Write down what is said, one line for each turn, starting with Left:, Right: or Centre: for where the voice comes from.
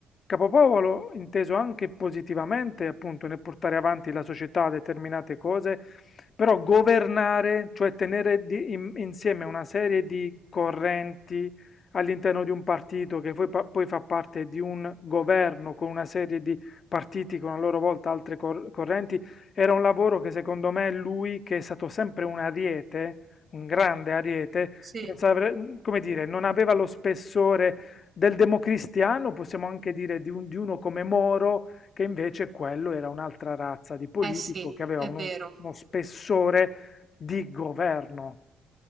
Left: capopopolo inteso anche positivamente, appunto, nel portare avanti la società determinate cose, però governare, cioè tenere di- in- insieme una serie di correnti all'interno di un partito che poi, pa- poi fa parte di un governo con una serie di partiti con a loro volta altre cor- correnti, era un lavoro che secondo me lui, che è stato sempre un ariete, un grande ariete,
Right: sì,
Left: non saprei- come dire, non aveva lo spessore del democristiano, possiamo anche dire di, un- di uno come Moro, che invece quello era un'altra razza di politico
Right: eh sì,
Left: che aveva
Right: è
Left: uno
Right: vero.
Left: uno spessore di governo.